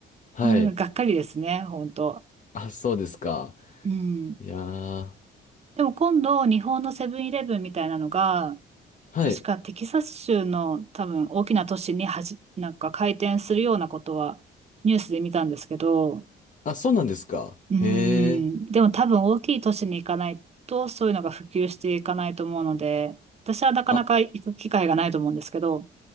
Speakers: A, on the left (about 40°); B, on the right (about 30°).
A: はい。
B: うん、がっかりですね、本当。
A: あ、そうですか。
B: うん。
A: いやー。
B: でも今度、日本のセブンイレブンみたいなのが、
A: はい。
B: 確かテキサス州の多分大きな都市にはじ、なんか開店するようなことはニュースで見たんですけど、
A: あ、そうなんですか。
B: うん。
A: へえ。
B: でも多分大きい都市に行かないと、そういうのが普及していかないと思うので、私はなかなか行く機会がないと思うんですけど、
A: あ、